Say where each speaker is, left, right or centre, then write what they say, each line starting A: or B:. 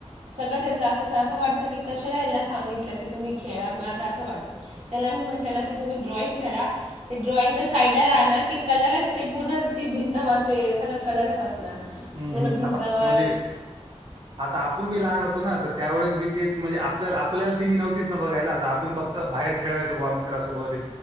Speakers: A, on the right; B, on the right.
A: सगळ त्यांच असच आहे अस वाट की कशाला ह्याना सांगितलं की तुम्ही खेळा मला तर असं वाटत त्याला मी म्हटलं ना की तुम्ही ड्रॉइंग करा ते ड्रॉइंग तर साईडला राहणार ती कलरच ते पूर्ण ती भिंत वरते सगळं कलरच असणार
B: हं,
A: पूर्ण
B: हं.
A: भिंतवर
B: आता म्हणजे <inaudible> आता आपुण बी लहान होतो ना तर त्यावेेळेस बी तेच म्हणजे आपल्याला आपल्याला टीव्ही नव्हतीच ना बघायला आता आपूण फक्त बाहेर खेळायचं बुवा मित्रा सोबत